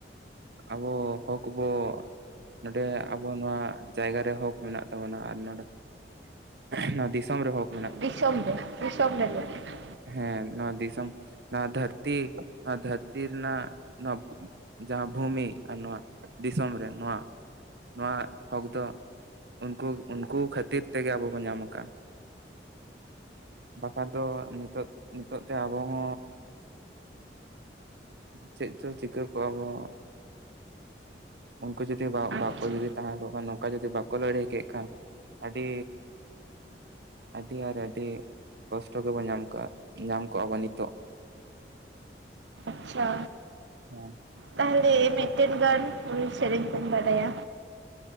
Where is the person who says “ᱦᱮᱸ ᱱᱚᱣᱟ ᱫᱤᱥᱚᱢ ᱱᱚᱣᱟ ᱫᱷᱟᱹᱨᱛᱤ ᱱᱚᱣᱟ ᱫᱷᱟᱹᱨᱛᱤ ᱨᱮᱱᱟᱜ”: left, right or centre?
Right